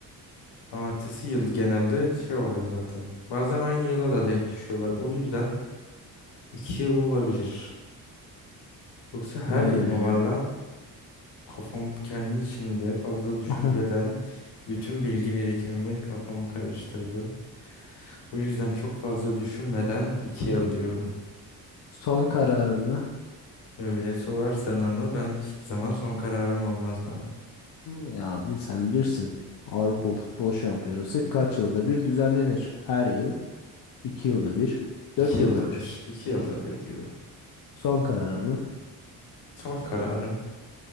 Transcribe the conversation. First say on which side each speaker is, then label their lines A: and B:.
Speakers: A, on the left; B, on the left.
A: ama ertesi yıl genelde şey oluyor zaten. Bazen aynı yıla da denk düşüyorlar. O yüzden iki yıl olabilir. Yoksa her
B: Ee,
A: yıl mı var lan? Kafam kendi içimde fazla düşünceden
B: aha.
A: bütün bilgi birikimimi kafamı karıştırdım. Bu yüzden çok fazla düşünmeden iki yıl diyorum.
B: son kararım mı?
A: Öyle sorarsan ama ben hiçbir zaman son kararım olmaz bana.
B: Ya abi sen bilirsin. Avrupa Futbol Şampiyonası kaç yılda bir düzenlenir? Her yıl, iki yılda bir,
A: İki
B: dört
A: yılda
B: yılda bir.
A: bir, iki yılda bir diyorum.
B: Son kararım mı?
A: Son kararım